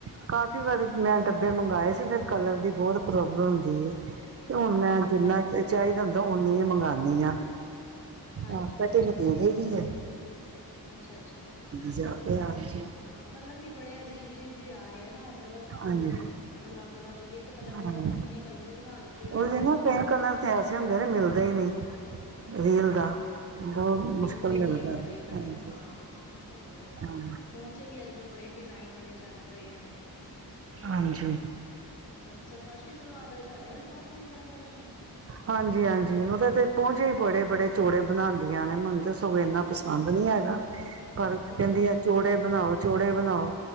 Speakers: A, on the right; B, on the left.
A: ਕਾਫੀ <unintelligible> ਮੈਂ ਡੱਬੇ ਮੰਗਾਏ ਸੀ ਫਿਰ ਕਲਰ ਦੀ ਬਹੁਤ ਪ੍ਰੋਬਲਮ ਹੁੰਦੀ ਐ। ਹੁਣ
B: ਹਾਂਜੀ
A: ਮੈਂ
B: ਹਾਂਜੀ
A: ਜਿੰਨਾ ਚਾਹੀਦਾ ਹੁੰਦਾ ਓਨੀ ਹੀ ਮੰਗਾਨੀ ਆ।
B: ਹਾਂਜੀ
A: ਆਹ <unintelligible>
B: ਅੱਛਾ ਅੱਛਾ,
A: ਜਾ ਕੇ ਹਾਂਜੀ
B: ਹਾਂ ਕਲਰ ਵੀ ਬੜੇ ਅਜੀਬ ਅਜੀਬ ਜੇ ਆ ਰਹੇ ਆ। ਅਲੱਗ
A: ਹਾਂਜੀ
B: ਬੜੇ ਅਲੱਗ ਅਲੱਗ ਇੱਕ ਕਲਰ
A: ਹਾਂ
B: ਦੇ ਪਤਾ ਨੀ ਕਿੰਨੇ ਕਲਰ ਬਣਾ ਦਿੱਤੇ ਹੋਏ
A: ਉਹੀ
B: ਉਹਨਾਂ
A: ਨਾ
B: ਨੇ
A: ਕਈ ਕਲਰ ਐਸੇ ਹੁੰਦੇ ਨੇ ਮਿਲਦੇ ਹੀ ਨਹੀਂ। ਰੀਲ ਦਾ
B: ਹਾਂਜੀ
A: ਬਹੁਤ
B: ਮਿਲਦਾ
A: ਮੁਸ਼ਕਿਲ
B: ਹੀ ਨਹੀਂ ਹੈਗਾ ਕਈ ਵਾਰੀ
A: ਹਾਂਜੀ
B: ਨਾ ਹਾਂ ਉਹ ਤਾਂ ਹੈਗਾ ਹੀ ਆ
A: ਹਾਂ
B: ਪਹੁੰਚੇ ਵੀ ਅੱਜ ਕੱਲ ਬੜੇ ਡਿਜ਼ਾਇਨ ਵਾਲੇ ਚੱਲ ਪਏ ਆ।
A: ਹਾਂਜੀ
B: ਹਾਂ, ਫਰਸ਼ੀ ਸਲਵਾਰ ਦਾ ਤੁਹਾਡੇ ਵਾਲੇ ਪਾਸੇ ਵੀ ਬੜਾ ਫੈਸ਼ਨ ਐ।
A: ਹਾਂਜੀ ਹਾਂਜੀ, ਉਹਦੇ ਤੇ ਪਹੁੰਚੇ ਈ ਬੜੇ ਬੜੇ ਚੋੜੇ ਬਣਾਂਦੀਆਂ ਨੇ ਮੈਨੂੰ ਤੇ ਸਗੋਂ ਐਨਾ ਪਸੰਦ ਨਹੀਂ ਹੈਗਾ। ਪਰ ਕਹਿੰਦੀ
B: ਅੱਛਾ ਅੱਛਾ
A: ਆ ਚੋੜੇ ਬਣਾਓ ਚੋੜੇ ਬਣਾਓ